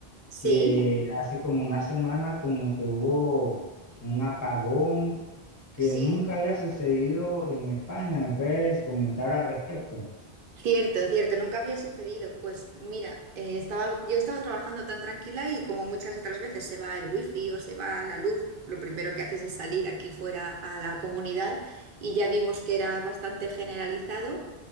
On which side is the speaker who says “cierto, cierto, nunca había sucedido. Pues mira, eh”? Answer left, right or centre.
Right